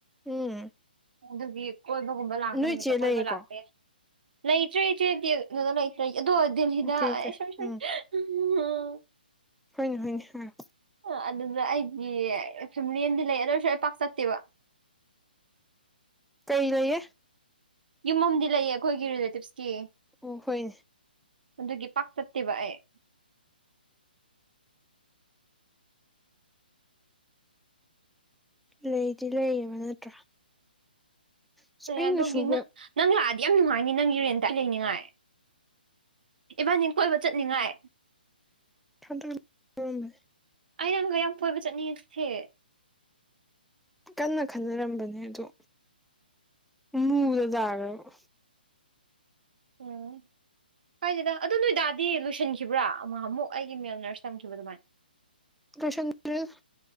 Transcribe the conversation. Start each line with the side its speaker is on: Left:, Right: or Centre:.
Centre: ꯎꯝ
Right: ꯑꯗꯨꯒꯤ ꯀꯣꯏꯕꯒꯨꯝꯕ ꯂꯥꯛꯄ
Centre: ꯅꯣꯏ
Right: ꯅꯨꯃꯤꯠꯇ
Centre: ꯆꯦ
Right: ꯀꯣꯏꯕ
Centre: ꯂꯩꯌꯦꯀꯣ
Right: ꯂꯥꯛꯄ ꯌꯥꯏ ꯂꯩꯇ꯭ꯔꯦ ꯏꯆꯦꯗꯤ ꯑꯗꯨꯗ ꯂꯩꯇ꯭ꯔꯦ ꯑꯗꯣ ꯗꯜꯍꯤꯗ
Centre: ꯑꯣꯀꯦ ꯑꯣꯀꯦ
Right: ꯑꯩ ꯁꯣꯔꯤ ꯁꯣꯔꯤ
Centre: ꯎꯝ
Right: ꯎꯝ ꯍꯪ
Centre: ꯍꯣꯏꯅꯦ ꯍꯣꯏꯅꯦ
Right: ꯑꯥ ꯑꯗꯨꯗ ꯑꯩꯒꯤ ꯐꯦꯃꯤꯂꯤ ꯑꯃꯗꯤ ꯂꯩ ꯑꯗꯨ ꯑꯣꯏꯔꯁꯨ ꯑꯩ ꯄꯥꯛ ꯆꯠꯇꯦꯕ <inaudible>
Centre: ꯀꯩ ꯂꯩꯌꯦ
Right: ꯌꯨꯝ ꯑꯃꯗꯤ ꯂꯩꯌꯦ ꯑꯩꯈꯣꯏꯒꯤ ꯔꯤꯂꯦꯇꯤꯞꯁꯀꯤ
Centre: ꯑꯣ ꯍꯣꯏꯅꯦ
Right: ꯑꯗꯨꯒꯤ ꯄꯥꯛ ꯆꯠꯇꯦꯕ ꯑꯩ
Centre: ꯂꯩꯗꯤ ꯂꯩꯌꯦꯕ ꯅꯠꯇ꯭ꯔꯥ ꯑꯁ ꯑꯩꯅ
Right: ꯑꯗꯨꯒꯤ
Centre: ꯁꯨꯕ
Right: ꯅꯪ ꯅꯪ ꯂꯥꯛꯑꯗꯤ ꯌꯥꯝ ꯅꯨꯡꯉꯥꯏꯅꯤ ꯅꯪꯒꯤ ꯔꯦꯟꯇ ꯑꯩ ꯂꯩꯅꯤꯉꯥꯏ ꯏꯕꯥꯅꯤ ꯀꯣꯏꯕ ꯆꯠꯅꯤꯡꯉꯥꯏ
Centre: ꯊꯗ ꯎꯔꯝꯃꯦ
Right: ꯑꯩ ꯅꯪꯒ ꯌꯥꯝ ꯀꯣꯏꯕ ꯆꯠꯅꯤꯡꯉꯦ ꯁꯦ
Centre: ꯀꯟꯅ ꯈꯟꯅꯔꯝꯕꯅꯦ ꯑꯣꯗꯣ ꯃꯨꯗ ꯇꯥꯈ꯭ꯔꯕ
Right: ꯎꯝ ꯀꯥꯏꯗꯦꯗ ꯑꯗꯨ ꯅꯣꯏꯗꯥꯗꯤ ꯂꯣꯏꯁꯤꯟꯈꯤꯕ꯭ꯔꯥ ꯅꯍꯥꯟꯃꯨꯛ ꯑꯩꯒꯤ ꯃꯦꯜ ꯅꯔꯁ ꯇꯝꯈꯤꯕ ꯑꯗꯨꯃꯥꯏꯅ
Centre: ꯂꯣꯏꯁꯟꯗ꯭ꯔꯦꯗ